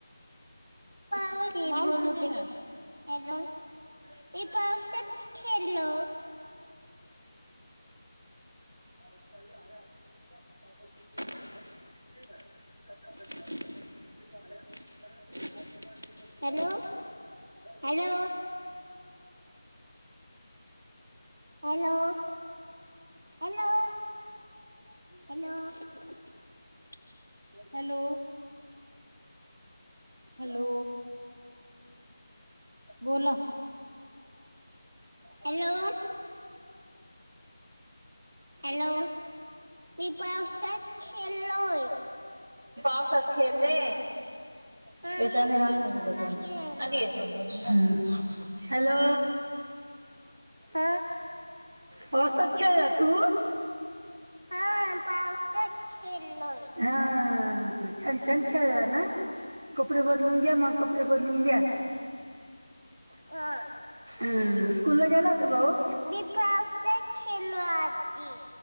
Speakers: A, on the right (about 50°); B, on the right (about 25°).
A: ह <inaudible> बोल हॅलो मी पावसात खेळलो. <inaudible> कोतेो आ <unintelligible> hello hello, hello, hello, hello, hello बोला. हॅलो, हॅलो मी पावसात खेळलोय.
B: पावसत खेळले.
A: हा
B: याच्यावर
A: मी
B: रांगणार
A: तिकडे
B: व्हिडिओ पून
A: गेलो
B: आधी याच्यावर बोलून. हॅलो,
A: हा,
B: पावसात खेळला तू?
A: हा पावसात. खेळलोय
B: हा छान, छान खेळला ना. कपडे बदलून घ्या मग, कपडे बदलून घ्या.
A: हा
B: अं स्कूल ला गेला होता भाऊ?
A: मी पावसात खेळलो आजी.